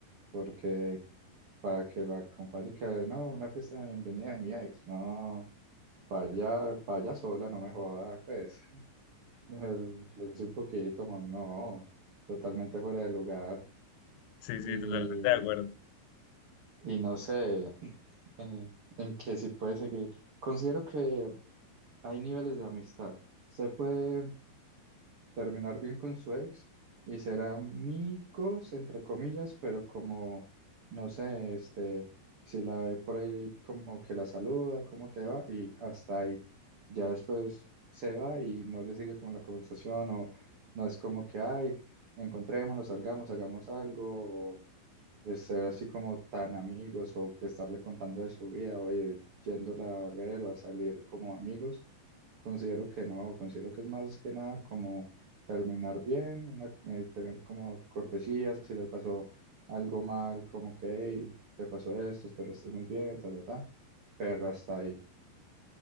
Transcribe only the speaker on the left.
sí,
sí, totalmente de acuerdo.